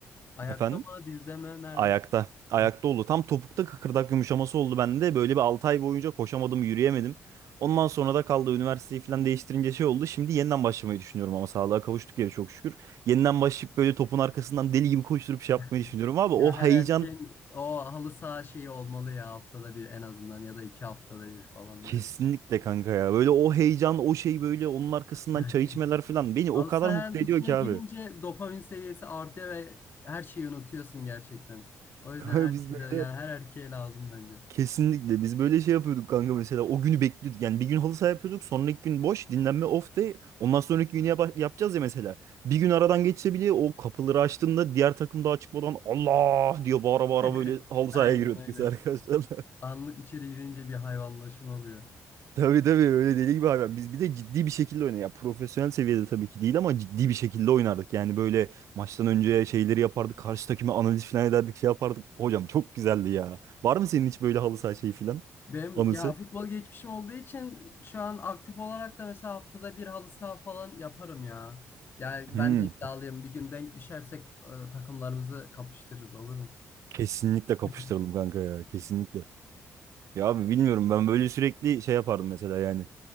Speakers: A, on the left; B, on the right.
A: Ayakta
B: Efendim?
A: mı, dizde mi, nerede?
B: Ayakta. Ayakta
A: Ha.
B: oldu. Tam topukta kıkırdak yumuşaması oldu bende. Böyle bir 6 ay boyunca koşamadım, yürüyemedim. Ondan sonra da kaldı üniversiteyi falan değiştirince şey oldu. Şimdi yeniden başlamayı düşünüyorum ama sağlığa kavuştuk ya çok şükür. Yeniden başlayıp böyle topun arkasından deli gibi koşturup şey yapmayı
A: <laughs>
B: düşünüyorum abi. O
A: Ya
B: heyecan
A: her erkeğin o halı saha şeyi olmalı ya haftada bir en azından ya da iki haftada bir falan
B: kesinlikle
A: böyle.
B: kanka ya. Böyle o heyecan, o şey böyle onun arkasından
A: <laughs>
B: çay içmeler falan beni o
A: Halı
B: kadar
A: sahanın
B: mutlu
A: içine
B: ediyor ki
A: girince
B: abi.
A: dopamin seviyesi artıyor ve her şeyi unutuyorsun gerçekten.
B: <laughs>
A: O yüzden
B: Kanka
A: herkese
B: biz böyle
A: yani her erkeğe lazım bence.
B: Kesinlikle biz böyle şey yapıyorduk kanka mesela o günü bekliyorduk yani bir gün halı saha yapıyorduk sonraki gün boş dinlenme off day ondan sonraki günü yapa- yapacağız ya mesela bir gün aradan geçse bile o kapıları açtığında diğer takım daha çıkmadan Allah diye bağıra bağıra
A: <laughs>
B: böyle halı
A: Aynen
B: sahaya giriyorduk
A: öyle.
B: biz arkadaşlarla. <laughs>
A: Anlık içeri girince bir hayvanlaşma oluyor.
B: Tabii tabii öyle deli gibi hayvan biz bir de ciddi bir şekilde oynadık ya profesyonel seviyede tabii ki değil ama ciddi bir şekilde oynardık yani böyle maçtan önce şeyleri yapardık karşı takıma analiz falan ederdik şey yapardık hocam çok güzeldi ya var mı senin hiç böyle halı saha şeyi falan
A: Benim
B: anısı?
A: ya futbol geçmişim olduğu için şu an aktif olarak da mesela haftada bir halı saha falan yaparım ya. Yani
B: Hmm.
A: ben de iddialıyım. Bir gün denk düşersek e, takımlarımızı kapıştırırız olur mu?
B: Kesinlikle kapıştıralım
A: <laughs>
B: kanka ya. Kesinlikle. Ya abi bilmiyorum ben böyle sürekli şey yapardım mesela yani.